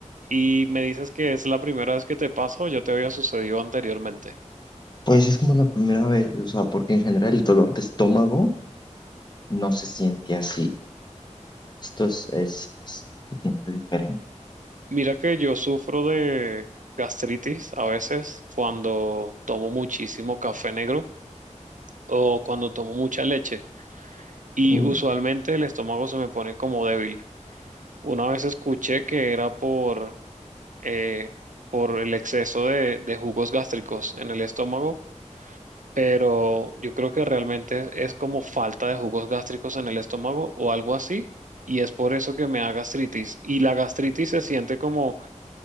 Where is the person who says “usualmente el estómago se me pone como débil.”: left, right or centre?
Right